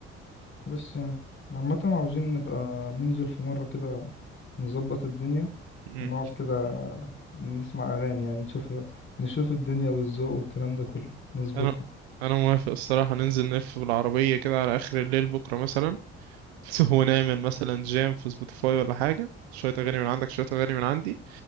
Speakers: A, on the left (about 40°); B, on the right (about 80°).
A: بس يعني عامة عاوزين نبقى ننزل في مرة كده نظبط الدنيا
B: مم.
A: ونقعد كده نسمع أغاني يعني نشوف نشوف الدنيا والذوق والكلام ده كله نظبطها
B: انا انا موافق الصراحه ننزل نلف بالعربيه كده على اخر الليل بكره مثلا <laughs> ونعمل مثلا جام في سبوتيفاي ولا حاجه شويه اغاني من عندك شويه اغاني من عندي